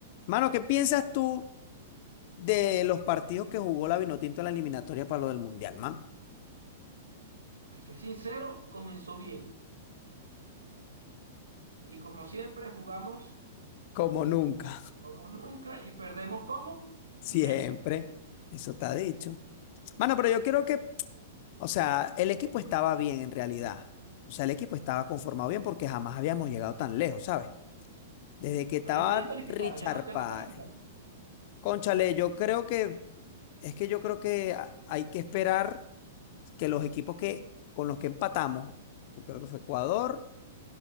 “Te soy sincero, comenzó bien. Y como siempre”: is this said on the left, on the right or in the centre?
Right